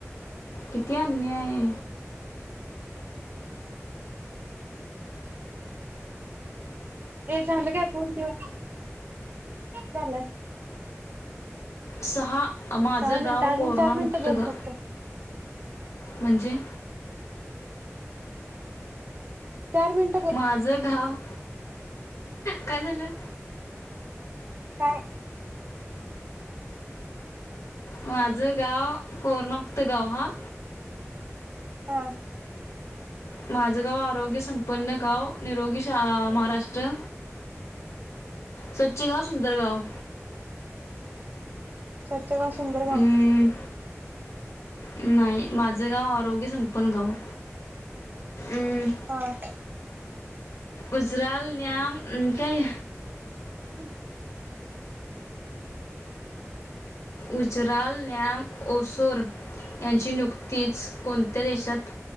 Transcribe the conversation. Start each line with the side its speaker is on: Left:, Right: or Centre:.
Left: किती अन्याय आहे.
Right: हे झालं काय फोन ठेव झाला.
Left: सहा माझं
Right: सहा मिनिटं
Left: गाव
Right: अजून
Left: कोरोनामुक्त
Right: चार मिनिटं बोल
Left: ग
Right: फक्त
Left: म्हणजे
Right: चार मिन
Left: माझं गाव काय झालं?
Right: काय
Left: माझं गाव कोरना मुक्त गाव हा.
Right: हां.
Left: माझं गाव आरोग्य संपन्न गाव निरोगी शा महाराष्ट्र स्वच्छ गाव सुंदर गाव.
Right: स्वच्छ गाँव सुंदर
Left: अं,
Right: गाँव.
Left: नाही माझं गाव आरोग्य संपन्न गाव. अं,
Right: हां.
Left: उजराल न्याम काय
Right: <unintelligible>
Left: उजराल न्याम ओसोर यांची नियुक्तीच कोणत्या देशात